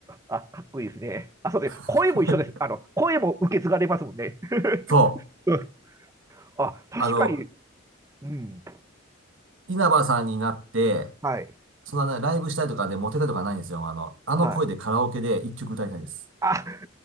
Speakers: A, on the right (about 15°); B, on the right (about 75°).
A: あ、かっこいいですね。あ、そうです。声も一緒です。
B: <laughs>
A: あの、声も受け継がれますもんね。
B: そう。
A: うんあ、確かに。
B: あの、
A: うん。
B: 稲葉さんになって、
A: はい。
B: そんなね、ライブしたいとかで、モテたいとかないんですよ。あの、あの声でカラオケで一曲歌いたいです。
A: はい。あ、